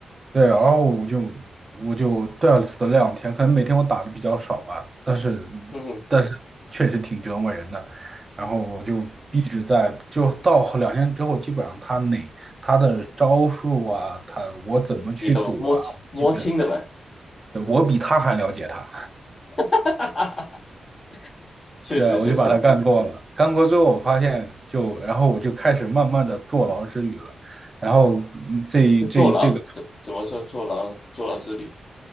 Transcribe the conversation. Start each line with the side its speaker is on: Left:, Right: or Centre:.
Right: 对，然后我就我就对啊死了两天，可能每天我打的比较少吧，但是
Left: 嗯哼，
Right: 但是确实挺折磨人的。然后我就一直在，就到后两天之后，基本上他哪他的招数啊，他我怎么去躲啊，
Left: 你都摸清摸清的呗，
Right: 基本对我比他还了解他。
Left: <laughs> 确实确实，
Right: 对，我就把它干过了。干过之后，我发现就，然后我就开始慢慢的坐牢之旅了。然后嗯这这这个
Left: 坐牢怎怎么说坐牢坐牢之旅，